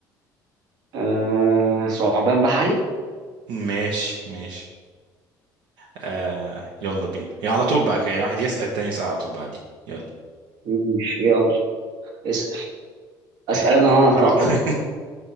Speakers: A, on the right; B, on the right.
A: آه ثعبان بحري
B: ماشي ماشي آه يلا بينا يا على طول بقى كده واحد يسأل التاني يسأل على طول بعدين يلا
A: ماشي يلا اسأل أسأل
B: آه انت
A: أنا وأنا
B: اه
A: اتلخبطت
B: <laughs>